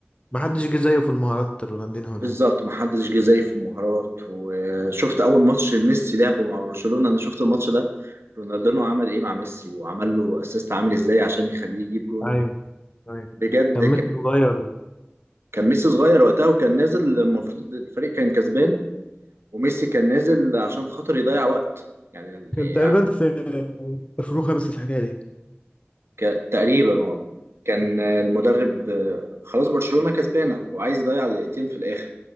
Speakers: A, on the left; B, on the right.
A: ما
B: ي-
A: حدش جه زيه في المهارات رونالدينو ده
B: بالظبط محدش جه زيه في المهارات وشفت أول ماتش ميسي لعبه مع برشلونة أنا شفت الماتش ده رونالدينو عمل إيه مع ميسي وعمل له أسيست عامل إزاي عشان يخليه يجيب جون
A: ايوه ايوه
B: بجد
A: كان ميسي صغير
B: كان ميسي صغير وقتها وكان نازل المفروض الفريق كان كسبان وميسي كان نازل عشان خاطر يضيع وقت يعني
A: كان تقريبا
B: يعني
A: في 2005 الحكايه دي
B: ك... تقريبا اه كان المدرب آه، خلاص برشلونة كسبانة وعايز يضيع دقيقتين في الآخر